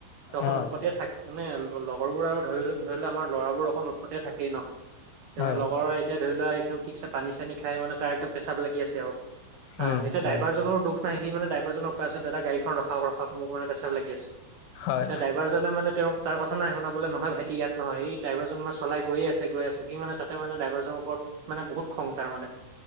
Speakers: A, on the right (about 80°); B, on the left (about 80°).
A: তখন
B: অ
A: উৎপতিয়ে থাক- মানে লগৰবোৰ আৰু ধৰি ধৰি লও আমাৰ ল'ৰাবোৰ অকণ উৎপতিয়া থাকেই ন, যেনে
B: হয়
A: লগৰৰ- এতিয়া ধৰি লোৱা একদম ঠিকছে পানী চানী খাই মানে তাৰ একদম পেচাব লাগি আছে আও, হাঁ
B: উম
A: এইটো
B: হয়
A: ড্ৰাইভাৰজনৰো দুখ। ন সি মানে ড্ৰাইভাৰজনক কৈ আছে দাদা গাড়ীখন ৰখাওঁক ৰখাওঁক মোক মানে প্ৰেচাব লাগি আছে।
B: হয়
A: এতিয়া ড্ৰাইভাৰজনে মানে তেওঁক- তাৰ কথা নাই শুনা নহয় ভাইটি ইয়াত নহয় ডাইভাৰজন মানে চলাই গৈয়ে আছে গৈ আছে সি মানে তাতে মানে ড্ৰাইভাৰজনৰ ওপৰত মানে বহুত খং তাৰ মানে